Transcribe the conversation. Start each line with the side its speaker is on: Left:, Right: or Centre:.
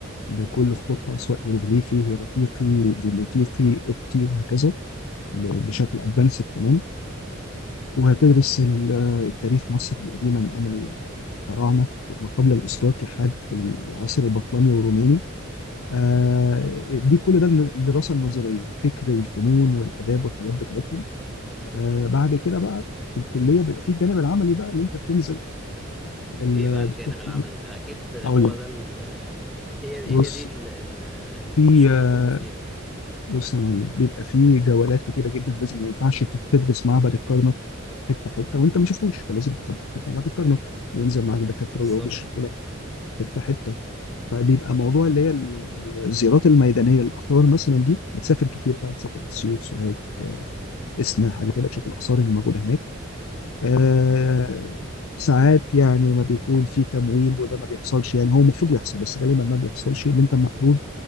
Left: بكل خطوطها سواء هيروغليفي هيراتيقي ديموتيقي قبطي وهكذا ب- بشكل ادفانسد كمان
Centre: تمام
Left: وهتدرس ال- آه، التاريخ مصر القديمة من أيام الفراعنة ما قبل الأسرات لحد العصر البطلمي والروماني آه،
Centre: مم.
Left: دي كل ده الدراسة النظرية الفكر والفنون والآداب والحاجات بتاعتهم آه، بعد كده بقى في الكليه بيبقى في الجانب العملي بقى اللي انت بتنزل ال-
Centre: ايه بقى الجانب
Left: بتروح
Centre: العملي ده اكيد هو
Left: اقول لك
Centre: ده ال هي
Left: بص
Centre: هي دي ال ال
Left: في
Centre: الشغل
Left: آه،
Centre: كله فيها
Left: بص يا معلم بيبقى في جولات كتيره جدا لازم ما ينفعش تت- تدرس معبد الكرنك حته حته وانت ما شفتوش فلازم تشوف معبد الكرنك بينزل معاك دكاتره
Centre: بالظبط
Left: ويقعد يشرحوا لك حته حته فبيبقى موضوع اللي هي ال- ال- الزيارات الميدانيه للاثار مثلا دي بتسافر كتير بقى تسافر اسيوط سوهاج آه، اسنا حاجه كده تشوف الاثار اللي موجوده هناك آه،
Centre: تمام
Left: ساعات يعني ما بيكون في تمويل وده ما بيحصلش يعني هو المفروض يحصل بس غالبا ما بيحصلش اللي انت المفروض